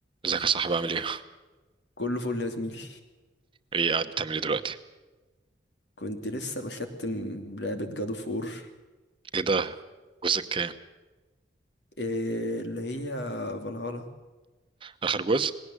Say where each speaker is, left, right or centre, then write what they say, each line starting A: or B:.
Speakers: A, on the right; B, on the left.
A: ازيك يا صاحبي عامل ايه؟
B: كله فل يا زميلي
A: ايه قاعد بتعمل ايه دلوقتي؟
B: كنت لسه بختم لعبة جادو فور
A: ايه ده؟ جزء كام؟
B: إيه اللي هي فالهالا
A: اخر جزء؟